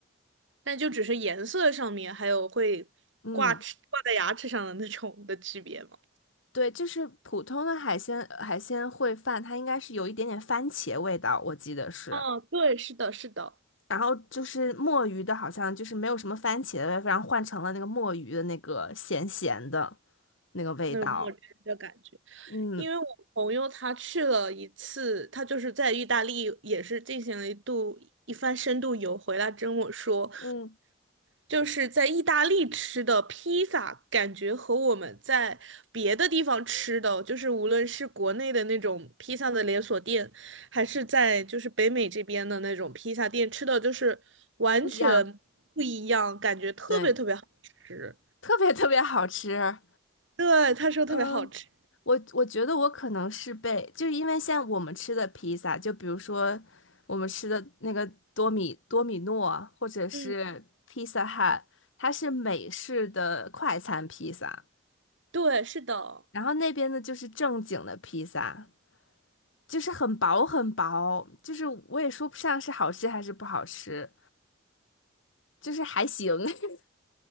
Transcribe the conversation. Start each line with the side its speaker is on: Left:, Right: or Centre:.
Right: 但就只是颜色上面，还有会挂齿挂在牙齿上的那种的区别嘛。
Left: 嗯。对，就是普通的海鲜海鲜烩饭，它应该是有一点点番茄味道，我记得是。
Right: 哦，对，是的，是的，
Left: 然后就是墨鱼的，好像就是没有什么番茄的味道，然后换成了那个墨鱼的那个咸咸的那个味道。
Right: 那种墨汁的感觉。
Left: 嗯
Right: 因为我朋友他去了一次，他就是在意大利也是进行了一度一番深度游，回来跟我说，
Left: 嗯，
Right: 就是在意大利吃的披萨，感觉和我们在别的地方吃的，就是无论是国内的那种披萨的连锁店，还是在就是北美这边的那种披萨店吃的，就是完全不一样，
Left: 不一样，
Right: 感觉特别特别好吃。
Left: 对，特别特别好吃。
Right: 对，他说特别好吃。
Left: 嗯、我我觉得我可能是被，就是因为像我们吃的披萨，就比如说我们吃的那个多米多米诺，或者是披萨汉，
Right: 嗯，
Left: 它是美式的快餐披萨，
Right: 对，是的。
Left: 然后那边的就是正经的披萨，就是很薄很薄，就是我也说不上是好吃还是不好吃，就是还行。<laughs>